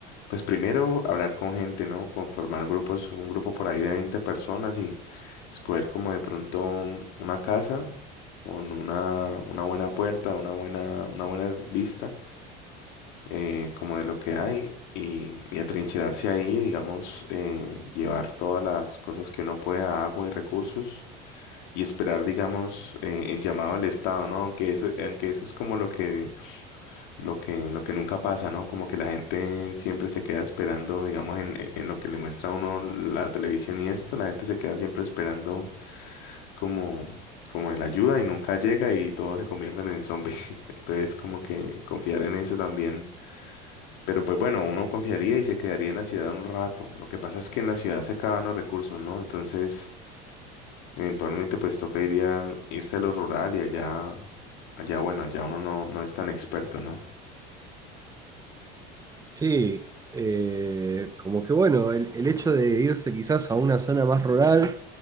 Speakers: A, on the left; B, on the right.
A: pues primero hablar con gente, ¿no? Conformar grupos, un grupo por ahí de veinte personas y escoger como de pronto un- una casa con una, una buena puerta, una buena, una buena vista eh, como de lo que hay y, y atrincherarse ahí, digamos, eh, llevar todas las cosas que uno pueda, agua y recursos, y esperar, digamos, eh, el llamado del Estado, ¿no? Aunque eso, aunque eso es como lo que, lo que, lo que nunca pasa, ¿no? Como que la gente siempre se queda esperando, digamos, en, en en lo que le muestra a uno la televisión y esto, la gente se queda siempre esperando como... como de la ayuda y nunca llega y todos se convierten en zombies. <laughs> Entonces, como que confiar en eso también pero pues bueno, uno confiaría y se quedaría en la ciudad un rato. Lo que pasa es que en la ciudad se acaban los recursos, ¿no? Entonces, eventualmente pues toca iría- irse a lo rural y allá, allá, bueno, allá uno no, no es tan experto, ¿no?
B: Sí, eh, como que bueno, el, el hecho de irse quizás a una zona más rural,